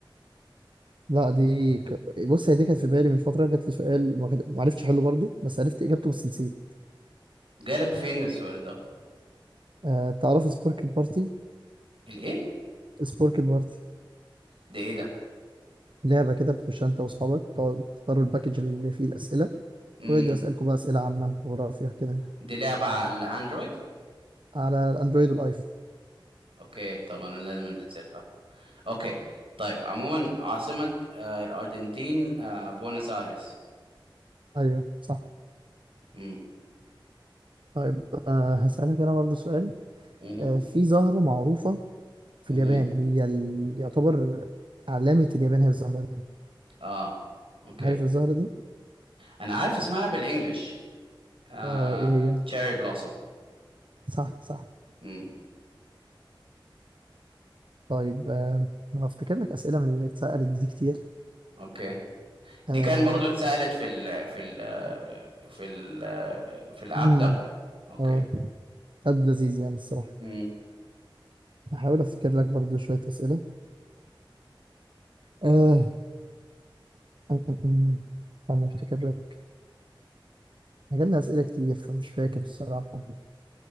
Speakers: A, on the right; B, on the right.
A: لا دي ك... بص هي دي كانت في بالي من فترة جات لي سؤال ما ما عرفتش احله برضو بس عرفت اجابته بس نسيت
B: جالك فين السؤال ده
A: أه تعرف سبورك البارتي
B: الايه
A: سبورك البارتي
B: ده ايه ده
A: لعبة كده بتخشها انت واصحابك تقعدوا تختاروا الباكج اللي فيه الأسئلة
B: امم
A: ويقعد يسألكم بقى أسئلة عامة جغرافيا كده
B: دي لعبة على الاندرويد
A: على الأندرويد والآيفون
B: اوكي طبعا أنا لازم انزلها اوكي طيب عموما عاصمة آه الارجنتين آه بوينس ايرس
A: أيوه صح
B: امم
A: طيب أه هسألك أنا برضو سؤال
B: امم
A: أه في زهرة معروفة في
B: امم
A: اليابان هي ال... يعتبر علامة اليابان هي الزهرة دي
B: اه اوكي
A: عارف الزهرة دي؟
B: انا عارف اسمها بالانجلش آه...
A: آه ايه هي؟
B: تشيري بلوسوم
A: صح صح
B: امم
A: طيب آه، انا افتكر لك اسئله من اللي اتسالت دي كتير
B: اوكي دي
A: اه
B: كان برضو اتسألت في ال في ال في ال في الاب
A: مم،
B: ده اوكي
A: اه طب لذيذ يعني الصراحه
B: امم
A: هحاول افتكر لك برضو شويه اسئله آه. م- م- م. انا افتكر لك جالنا اسئله كتير فمش فاكر الصراحه